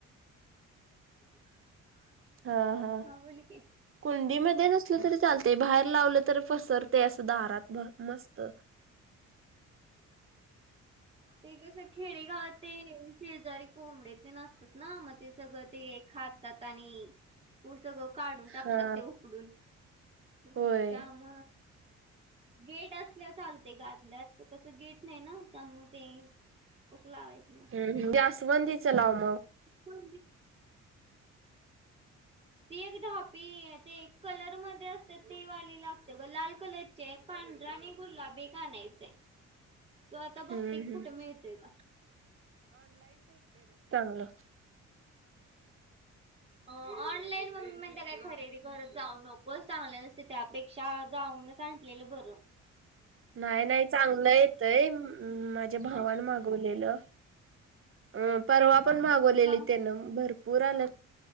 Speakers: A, on the right (about 20°); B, on the right (about 45°).
A: <inaudible>
B: हा हा.
A: बोल की.
B: कुंडी मध्ये नसल तरी चालते बाहेर लावलं तरी पसरते असं दारातभर मस्त.
A: ते कस खेडेगावात. ते शेजारी कोंबडे ते नसतात ना मग ते सगळं ते खातात आणि. उ सग काढून. टाकतात
B: हा
A: ते उकडून त्या
B: होय
A: म गेट अस. असल्यावर चालतंय ग आतल्या आत ते कसं गेट नाही ना त्यामुळे ते कसं लावायचं मग?
B: हम्म हम्म जास्वंदीच लाव मग.
A: कुंडीत ती एक ढापी ते एक कलर मधे असते ते वाली लागते ग लाल कलरची चे पांढरा आणि गुलाबी एक आनायचेय. तू आता बघते
B: हम्म
A: की कुठे
B: हम्म
A: मिळतोय का.
B: बला.
A: अ ऑनलाईन मम्मी म्हणते काय खरेदी करत जाऊ नकोच चांगल्या नसते त्यापेक्षा जाऊनच. सांटलेलं बर.
B: नाही नाही चांगलं येतंय मम्म माझ्या भावान
A: हा
B: मागवलेलं अ परवा पण भागवलेली
A: हा
B: त्यान भरपूर आल्या